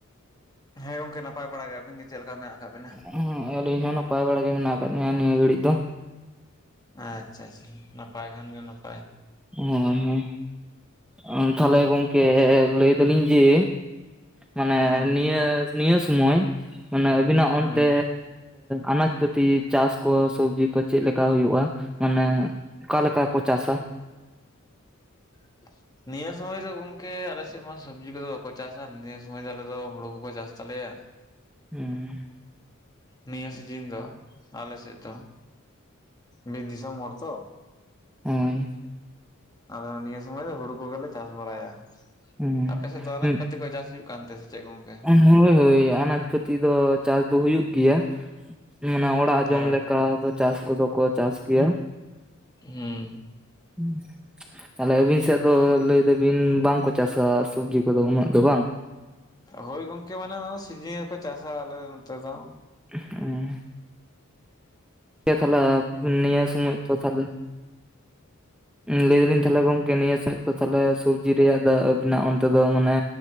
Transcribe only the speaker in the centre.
ᱦᱮ ᱟᱹᱞᱤᱧ ᱦᱚᱸ ᱱᱟᱯᱟᱭ ᱵᱟᱲᱟ ᱜᱮ ᱢᱮᱱᱟᱜ ᱟᱠᱟᱫ ᱞᱤᱧᱟ ᱱᱤᱭᱟᱹ ᱜᱷᱟᱹᱲᱤᱡ ᱫᱚ᱾
ᱦᱚᱸ ᱦᱚᱸ ᱛᱟᱦᱞᱮ ᱜᱚᱝᱠᱮ ᱞᱟᱹᱭ ᱫᱟᱞᱤᱧ ᱡᱮ ᱢᱟᱱᱮ
ᱱᱤᱭᱟᱹ ᱱᱤᱭᱟᱹ ᱥᱩᱢᱳᱭ ᱢᱟᱱᱮ ᱟᱹᱵᱤᱱ-ᱟᱜ
ᱚᱱᱛᱮ ᱟᱱᱟᱡ ᱯᱟᱛᱤ ᱪᱟᱥ ᱠᱚ ᱥᱚᱵᱡᱤ ᱠᱚ ᱪᱮᱫ ᱞᱮᱠᱟ ᱦᱩᱭᱩᱜᱼᱟ, ᱢᱟᱱᱮ ᱚᱠᱟ ᱞᱮᱠᱟ ᱠᱚ ᱪᱟᱥ-ᱟ᱾
ᱦᱮᱸ
ᱩᱸ
ᱦᱮᱸ
ᱦᱮᱸ,
ᱦᱳᱭ ᱦᱳᱭ ᱟᱱᱟᱡ ᱯᱟᱹᱛᱤ ᱫᱚ ᱪᱟᱥ ᱫᱚ ᱦᱩᱭᱩᱜ ᱜᱮᱭᱟ᱾ ᱢᱟᱱᱮ ᱚᱲᱟᱜ
ᱡᱚᱢ ᱞᱮᱠᱟ ᱪᱟᱥ ᱠᱚᱫᱚ ᱠᱚ ᱪᱟᱥ ᱜᱮᱭᱟ᱾
<unintelligible> ᱛᱟᱦᱞᱮ ᱟᱹᱵᱤᱱ ᱥᱮᱫ ᱫᱚ ᱞᱟᱹᱭ ᱫᱟᱹᱵᱤᱱ ᱵᱟᱝ ᱠᱚ ᱪᱟᱥ ᱟ ᱥᱚᱵᱡᱤ ᱠᱚ ᱫᱚ ᱩᱱᱟᱹᱜ ᱫᱚ ᱵᱟᱝ?
ᱦᱮᱸ ᱴᱷᱤᱠ ᱜᱮᱭᱟ ᱛᱟᱦᱚᱞᱮ ᱱᱤᱭᱟ ᱥᱚᱢᱚᱭ <unintelligible>
ᱞᱟᱹᱭ ᱫᱟᱞᱤᱧ ᱛᱟᱦᱞᱮ ᱜᱚᱝᱠᱮ ᱱᱤᱭᱟᱹ ᱥᱟᱢᱚᱡ ᱫᱚ ᱛᱟᱦᱞᱮ ᱥᱚᱵᱡᱤ ᱨᱮᱭᱟᱜ ᱫᱚ ᱟᱹᱵᱤᱱᱟᱜ ᱚᱱᱛᱮ ᱫᱚ ᱢᱟᱱᱮ